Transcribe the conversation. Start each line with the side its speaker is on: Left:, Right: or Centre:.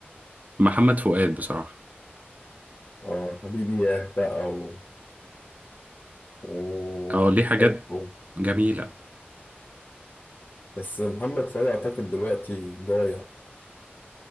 Right: محمد فؤاد بصراحة
Left: اه حبيبي ياه بقى و... و...
Right: اه ليه حاجات
Left: و-
Right: جميلة
Left: بس محمد فؤاد اعتقد دلوقتي ضايع